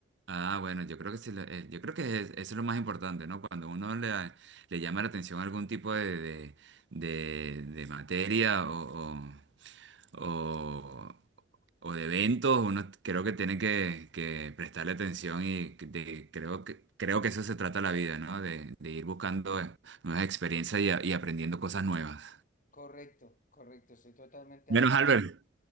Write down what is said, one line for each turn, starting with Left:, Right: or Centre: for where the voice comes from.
Right: Ah, bueno, yo creo que, sí, lo- eh, yo creo que es- eso es lo más importante, ¿no? Cuando uno le, le llama la atención algún tipo de, de, de- de materia o, o, o de eventos, uno creo que tiene que, que prestarle atención y que- de- creo que, creo que eso se trata la vida, ¿no? De, de ir buscando eh, nuevas experiencias y, a- y aprendiendo cosas nuevas.
Left: Correcto, correcto, estoy totalmente
Right: Menos
Left: de acuerdo.
Right: Albert,